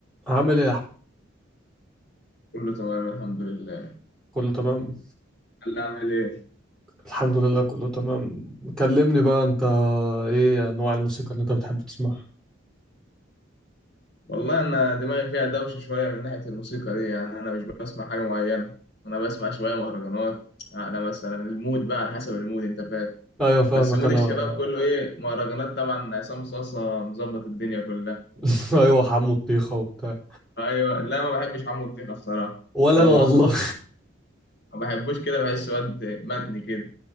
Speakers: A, in the centre; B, on the left (about 55°).
A: عامل ايه يا احمد
B: كله تمام الحمد لله
A: كله تمام
B: هلا اعمل ايه
A: الحمد لله كله تمام كلمني بقى انت ايه انواع الموسيقى اللي انت بتحب تسمعها
B: والله انا دماغي فيها دوشه شويه من ناحيه الموسيقى دي يعني انا مش بسمع حاجه معينه انا بسمع شويه مهرجانات انا مثلا المود بقى على حسب المود انت فاهم
A: ايوه فاهمك
B: بس مود
A: انا
B: الشباب كله ايه مهرجانات طبعا عصام صاصا مظبط الدنيا كلها
A: <laughs> ايوه حمو الطيخه وبتاع
B: ايوه لا ما بحبش عمرو دياب الصراحه
A: ولا انا
B: هو
A: والله
B: عصام صاصا ما بحبوش كده بحس واد متني كده